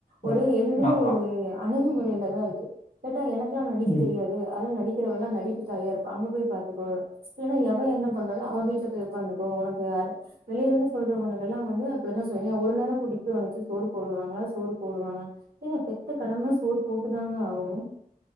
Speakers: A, on the right (about 75°); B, on the left (about 50°).
A: ஒரு
B: அ.
A: எதுவுமே
B: ஆமா.
A: ஒரு அணுகுமுறைல தா இருக்கு கேட்டா எனக் குலா நடிக்க
B: ம்.
A: தெரியாது அதல்ல நடிக்க கிறதல்லா நடிப்பு தாயா இருப்ப அங்க போய் பாத்துக்கோ இல்லைன்னா எவ என்ன பண்றாலோ அவ வீட்டுல போய் உக்காந்துக்கோ உனக்கு யாரு வெளியில இருந்து சொல்றவனுங்கல்லா வந்து அப்படித்தா சொல்லுவாங் ஒரு நேர கூட்டிட் போய் உன்ன வச்சு சோறு போடுவாங்களா சோறு போடுவாங்க ஏங்க பெத்த கடம சோறு போட்டுதாங்க ஆகணு